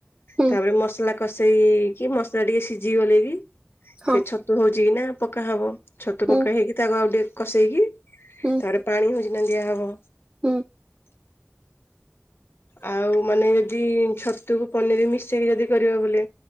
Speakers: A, on the right (about 25°); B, on the left (about 60°).
A: ହୁଁ
B: ତାପରେ ମସଲା କଷେଇକି ମସଲା ଟିକେ ସିଝି ଗଲେ କି
A: ହଁ
B: ସେ ଛ ଛତୁ ହଉଛି କି ନା ପକା ହବ ଛତୁ
A: ହୁଁ
B: ପକା ହେଇକି ତାକୁ ଆଉ ଟିକେ କସେଇକି
A: ହୁଁ
B: ତାରେ ପାଣି ହଉଛି ଦିଆ ହବ।
A: ହୁଁ।
B: ଆଉ ମାନେ ଯଦି ଛତୁକୁ ପନିର ମିଶେଇକି ଯଦି କରିବା ବୋଲେ